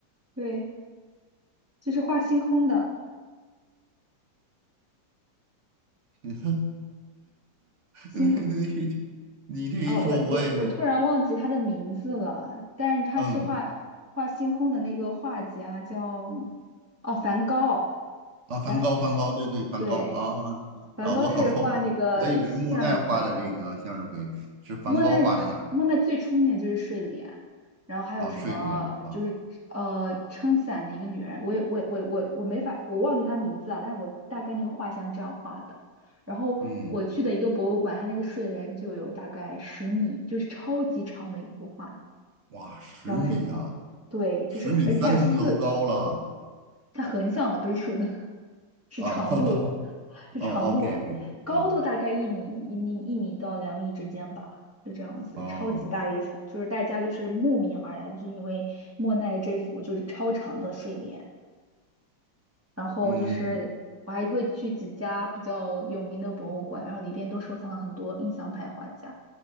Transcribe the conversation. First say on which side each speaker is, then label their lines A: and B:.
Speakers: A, on the right (about 20°); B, on the right (about 50°).
A: 对，就是画星空的
B: <laughs> 你
A: 星空
B: 你你这一说，
A: 啊，我我我突然忘记他的名字了，
B: 我也
A: 但是他是画画星空的那个画家叫
B: 嗯
A: 哦梵高，
B: 啊，梵高，
A: 梵
B: 梵高，对对，梵高啊
A: 对。梵高是画那个向日葵的，
B: 啊，我搞错了，我以为莫奈画的这个向日葵是梵高画的向日
A: 莫奈莫奈最出名的就是睡莲，然后还有什么就是呃撑伞的一个女人，
B: 葵啊，睡莲啊，
A: 我也我也我也我也我没法我忘记她名字啊，但是我大概那个画像是这样画的。然后我去的一个博物馆，
B: 嗯，
A: 它那个睡莲就有大概十米，就是超级长的一幅画，
B: 哇，十米啊，
A: 然后是对，就是而且它有四
B: 十米三层楼高了
A: 它横向的不是竖的，是长度，
B: 啊，<laughs>
A: 是长度，
B: 哦，OK OK，
A: 高度大概一米一米一米到两米之间吧，
B: 嗯，
A: 就这样子，
B: 哦，
A: 超级大一幅，就是大家就是慕名而来，就是因为莫奈这幅就是超长的睡莲。然后就是我还会去几家比较有名的博物馆，
B: 嗯
A: 然后里边都收藏了很多印象派画家。